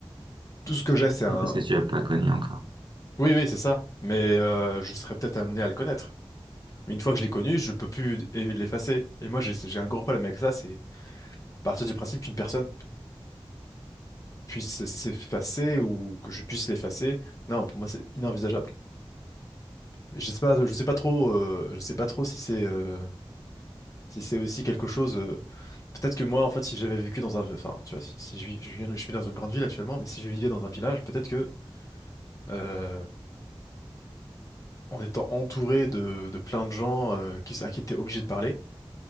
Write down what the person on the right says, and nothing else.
Et parce que tu l'as pas connu encore.